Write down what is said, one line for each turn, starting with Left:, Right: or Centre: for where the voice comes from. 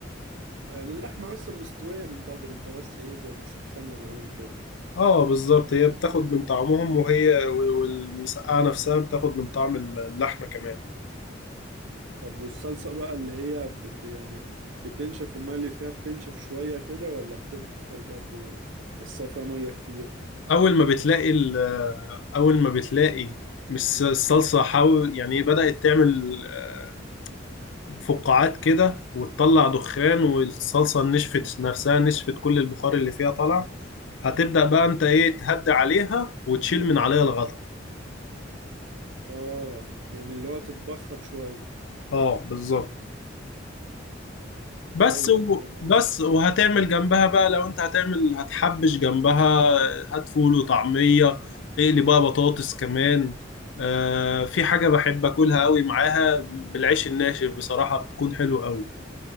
Right: يعني اللحمة أصلا مستوية من بدري أنت بس إيه زي بتسخنها معاهم كده
Left: اه بالظبط هي بتاخد من طعمهم وهي والمسقعة نفسها بتاخد من طعم اللحمة كمان
Right: طب والصلصة بقى اللي هي ب... ب- يعني بتنشف المية اللي فيها بتنشف شوية كده ولا بتفضل برضو تحسها فيها مية كتير؟
Left: اول ما بتلاقي ال- اول ما بتلاقي مس- الصلصة حاول يعني إيه، بدأت تعمل آه، فقاعات كده وتطلع دخان والصلصة نشفت نفسها نشفت كل البخار اللي فيها طلع هتبدأ بقى انت ايه تهدي عليها وتشيل من عليها الغطا
Right: آه يعني اللي هو تتبخر شوية
Left: اه بالظبط بس
Right: طيب
Left: و...
Right: المفروض
Left: بس وهتعمل جنبها بقى لو انت هتعمل هتحبش جنبها هات فول وطعمية اقلي بقى بطاطس كمان آه في حاجة بحب اكلها قوي معاها بالعيش الناشف بصراحة بتكون حلوة قوي